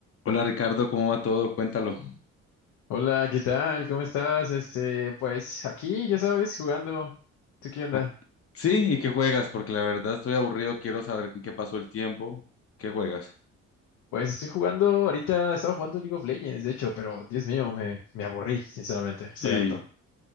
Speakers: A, on the left; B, on the left.
A: Hola Ricardo, ¿cómo va todo? Cuéntalo.
B: Hola, ¿qué tal? ¿Cómo estás? Este, pues aquí, ya sabes, jugando. ¿Tú qué onda?
A: Ah, sí, ¿y qué juegas? Porque la verdad estoy aburrido, quiero saber en qué pasó el tiempo. ¿Qué juegas?
B: Pues estoy jugando, ahorita estaba jugando League of Legends, de hecho, pero Dios mío, me, me aburrí, sinceramente, estoy
A: Sí.
B: harto.